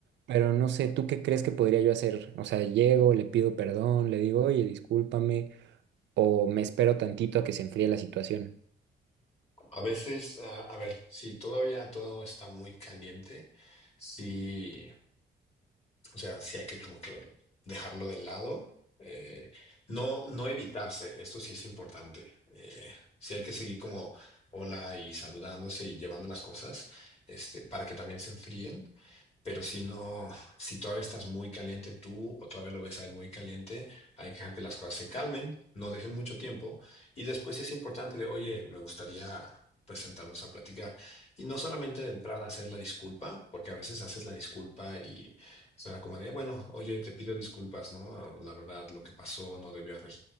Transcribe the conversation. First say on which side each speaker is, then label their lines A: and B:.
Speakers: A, on the right (about 80°); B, on the left (about 35°).
A: pero no sé, ¿tú qué crees que podría yo hacer? O sea, llego, le pido perdón, le digo, oye, discúlpame, o me espero tantito a que se enfríe la situación.
B: A veces, ah, a ver, si todavía todo está muy caliente, sí. O sea, sí hay que como que dejarlo de lado. eh, no, no evitarse, esto sí es importante. eh, sí hay que seguir como hola y saludándose y llevando las cosas, este, para que también se enfríen. Pero si no, si todavía estás muy caliente tú o todavía lo ves a él muy caliente, hay que dejar que las cosas se calmen, no dejen mucho tiempo. Y después sí es importante de, oye, me gustaría pues sentarnos a platicar. Y no solamente de entrada hacer la disculpa, porque a veces haces la disculpa y o sea, como de, bueno, oye, te pido disculpas, ¿no? La verdad, lo que pasó no debió haber.